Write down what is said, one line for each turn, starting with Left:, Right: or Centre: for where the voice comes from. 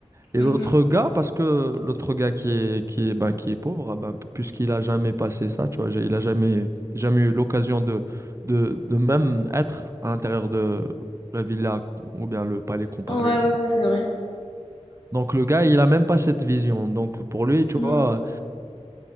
Right: Et
Left: Mhm.
Right: l'autre gars, parce que l'autre gars qui est, qui est, ben, qui est pauvre, ah ben, puisqu'il a jamais passé ça, tu vois, j'ai- il a jamais, jamais eu l'occasion de, de, de même être à l'intérieur de la villa ou bien le palais qu'on parlait.
Left: Ouais, ouais, ouais, c'est vrai.
Right: Donc le gars, il a même pas cette vision. Donc pour lui, tu
Left: Hmm.
Right: vois,